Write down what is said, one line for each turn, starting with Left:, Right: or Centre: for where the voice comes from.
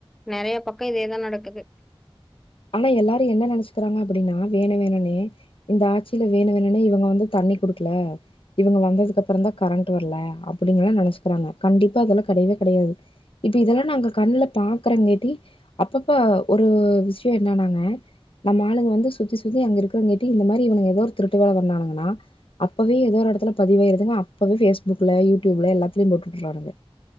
Centre: நெறைய பக்கோ இதேதா நடக்குது.
Left: ஆனா எல்லாரு என்ன நெனச்சுக்கிறாங்க அப்டின்னா வேணு வேணுனே. இந்த ஆட்சியில வேணு வேணுனே இவுங்க வந்து. தண்ணி குடுக்கல இவுங்க வந்ததுக்கு அப்புறோதா கரண்ட் வர்ல அப்டிங்கல்லா நெனச்சுக்கிறாங்க கண்டிப்பா அதெல்லா கெடையவே கெடையாது இப்ப இதெல்லா நாங்க கண்ணுல பாக்கற கேட்டி அப்பப்ப ஒரு விஷ். இப்டியே இருந்தோ‌நாங்க நம்ம ஆளுங்க வந்து சுத்தி சுத்தி அங்க இருக்கிறங்க கேட்டி இந்த மாரி இவுங்க ஏதோ ஒரு திருட்டு வேல பண்ணானுங்கன்னா. அப்பவே ஏதோ ஒரு எடத்துல பதிவுயாருதுங்க அப்பவே பேஸ்புக்ல யூடியூப்ல எல்லாத்தலையு போட்டுட்டுறானுங்க.